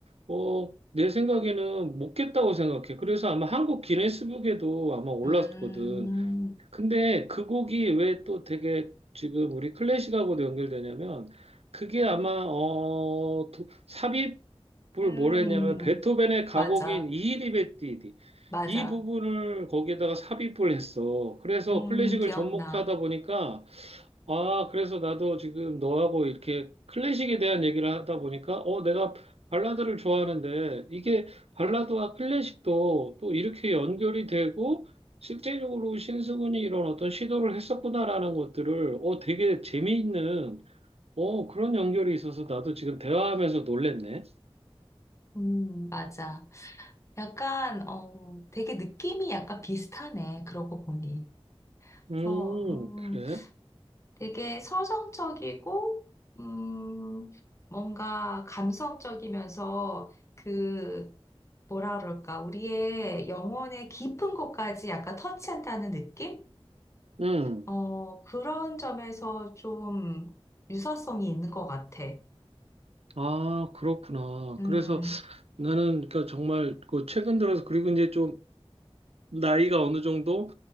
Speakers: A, on the right; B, on the left.
A: 어, 내 생각에는 못 깼다고 생각해. 그래서 아마 한국 기네스북에도 아마 올랐거든.
B: 음,
A: 근데 그 곡이 왜 또 되게 지금 우리 클래식하고도 연결되냐면 그게 아마 어 도- 삽입을
B: 음,
A: 뭘 했냐면 베토벤의 가곡인
B: 맞아,
A: 이히리베띠디
B: 맞아.
A: 이 부분을 거기에다가 삽입을 했어. 그래서
B: 음,
A: 클래식을
B: 기억나.
A: 접목하다 보니까 아, 그래서 나도 지금 너하고 이렇게 클래식에 대한 얘기를 하다 보니까, 어, 내가 발라드를 좋아하는데, 이게 발라드와 클래식도 또 이렇게 연결이 되고, 실제적으로 신승훈이 이런 어떤 시도를 했었구나라는 것들을, 어, 되게 재미있는, 어, 그런 연결이 있어서 나도 지금 대화하면서 놀랬네.
B: 음, 맞아. 약간, 어, 되게 느낌이 약간 비슷하네. 그러고 보니.
A: 음,
B: 그래서, 음,
A: 그래?
B: 되게 서정적이고, 음, 뭔가 감성적이면서 그, 뭐라 그럴까, 우리의 영혼의 깊은 곳까지 약간 터치한다는 느낌?
A: 음.
B: 어, 그런 점에서 좀 유사성이 있는 것 같아.
A: 아, 그렇구나.
B: 음,
A: 그래서 나는 그러니까 정말 그 최근 들어서 그리고 이제 좀 나이가 어느 정도